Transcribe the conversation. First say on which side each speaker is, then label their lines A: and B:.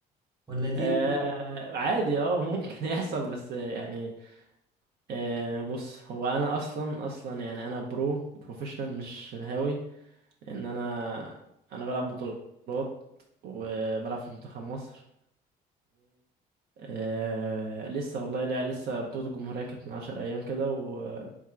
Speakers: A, on the right; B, on the right.
A: ولا دي
B: آه
A: رياضة
B: عادي اه ممكن <laughs> يحصل بس يعني آه بص هو انا اصلا اصلا يعني انا برو بروفيشنال مش هاوي لان انا انا بلعب بطولات وبلعب في منتخب مصر آه لسه والله لا لسه بطولة الجمهورية كانت من عشر أيام كده و...